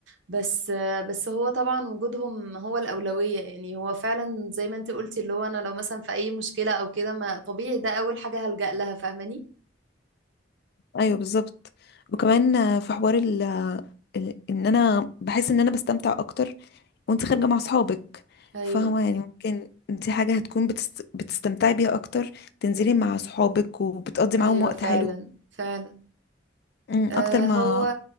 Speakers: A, on the right; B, on the left.
A: بس آه، بس هو طبعا وجودهم هو الاولويه يعني هو فعلا زي ما انتي قلتي اللي هو انا لو مثلا في اي مشكله او كده ما طبيعي ده اول حاجه هلجأ لها فاهماني
B: ايوه بالظبط وكمان آه، في حوار ال... ال- ان انا بحس ان انا بستمتع اكتر وانت خارجه مع صحابك
A: ايوه
B: فاهمه يعني ممكن دي حاجه هتكون بتست... بتستمتعي بيها اكتر تنزلي مع صحابك وبتقضي معاهم
A: ايوه
B: وقت
A: فعلا
B: حلو
A: فعلا
B: أمم،
A: آه،
B: اكتر ما
A: هو